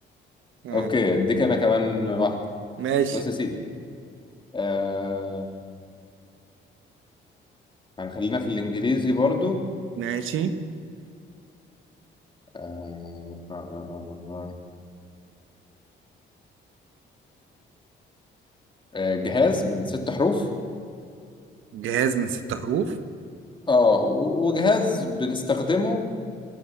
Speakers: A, on the right; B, on the left.
A: اه
B: اوكي اديك انا كمان واحده
A: ماشي
B: بص يا سيدي آه هنخلينا في الانجليزي برضو
A: ماشي
B: آه آه آه آه آه. آه، آه، جهاز من ست حروف
A: جهاز من ست حروف
B: اه و- وجهاز بنستخدمه